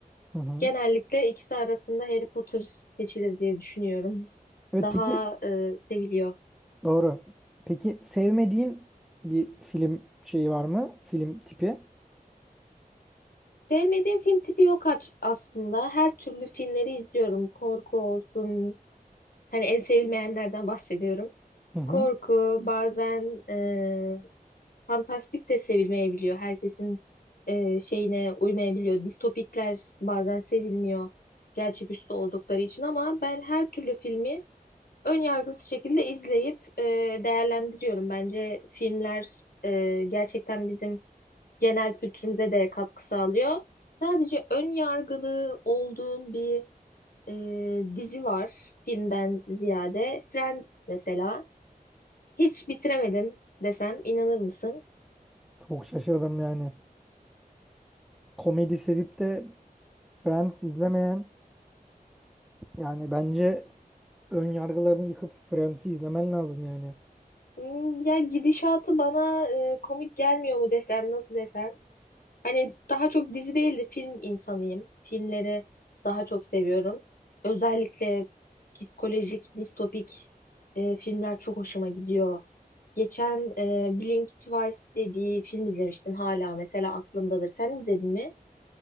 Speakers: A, in the centre; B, on the left.
A: Hı hı.
B: genellikle ikisi arasında Harry Potter seçilir diye düşünüyorum.
A: Evet
B: Daha
A: peki
B: e, seviliyor.
A: doğru. Peki sevmediğin bir film şeyi var mı? Film tipi?
B: Sevmediğim film tipi yok aç- aslında. Her türlü filmleri izliyorum. Korku olsun, Hani en sevilmeyenlerden bahsediyorum.
A: Hı hı.
B: Korku bazen e, fantastik de sevilmeyebiliyor. Herkesin e, şeyine uymayabiliyor. Distopikler bazen sevilmiyor. Gerçeküstü oldukları için ama ben her türlü filmi ön yargısız şekilde izleyip e, değerlendiriyorum. Bence filmler e, gerçekten bizim genel kültürümüze de katkı sağlıyor. Sadece ön yargılı olduğum bir e, dizi var filmden ziyade. Friends mesela. Hiç bitiremedim desem inanır mısın?
A: Çok şaşırdım yani. Komedi sevip de Friends izlemeyen yani bence ön yargılarını yıkıp Friends'i izlemen lazım yani.
B: Hmm, Ya gidişatı bana e, komik gelmiyor mu desem nasıl desem. Hani daha çok dizi değil de film insanıyım. Filmleri daha çok seviyorum. Özellikle psikolojik, distopik e, filmler çok hoşuma gidiyor. Geçen e, Blink Twice diye bir film izlemiştim hala mesela aklımdadır. Sen izledin mi?